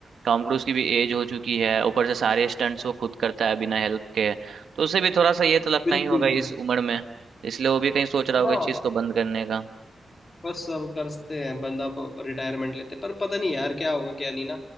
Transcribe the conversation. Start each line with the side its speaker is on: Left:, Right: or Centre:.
Right: टॉम क्रूज की भी एज हो चुकी है ऊपर से सारे स्टंट्स वो खुद करता है बिना हेल्प के तो उसे भी थोड़ा सा ये तो लगता
Left: बिल्कुल
Right: ही होगा
Left: bro।
Right: इस उम्र में इसलिए वो भी कहीं सोच रहा होगा
Left: हाँ
Right: इस चीज को बंद करने का
Left: बस सब करते हैं बंदा रिटायरमेंट लेते पर पता नहीं यार क्या होगा क्या नहीं ना